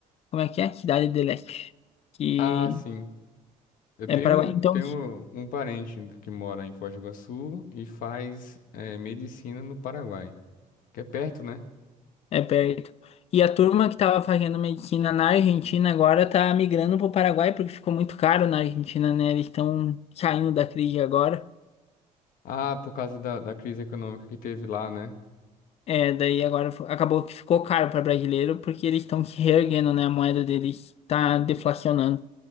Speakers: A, on the left; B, on the left.
A: como é que é? Cidade de Leste, que
B: Ah, sim. Eu
A: é
B: tenho,
A: Paraguai. Então,
B: tenho um parente que mora em Foz do Iguaçu e faz eh, medicina no Paraguai, que é perto, né?
A: é perto. E a turma que estava fazendo medicina na Argentina agora tá migrando pro Paraguai, porque ficou muito caro na Argentina, né? Eles estão saindo da crise agora.
B: Ah, por causa da, da crise econômica que teve lá, né?
A: É, daí agora fo- acabou que ficou caro para brasileiro, porque eles estão se reerguendo, né? A moeda deles tá deflacionando.